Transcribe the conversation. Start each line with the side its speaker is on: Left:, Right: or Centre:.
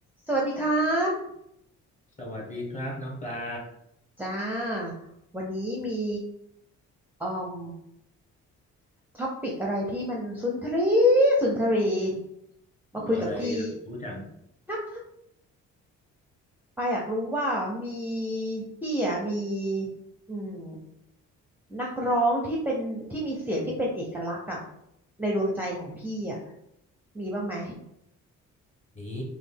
Centre: สวัสดีครับ
Left: สวัสดีครับน้องปลา
Centre: จ้าวันนี้มีอืมท็อปิกอะไรที่มันสุนทรีสุนทรี
Left: โอ้อะไรอยากรู้จัง
Centre: มาคุยกับพี่นะปาอยากรู้ว่ามีพี่อ่ะมีอืมนักร้องที่เป็นที่มีเสียงที่เป็นเอกลักษณ์อ่ะในดวงใจของพี่อ่ะมีบ้างไหม
Left: นี่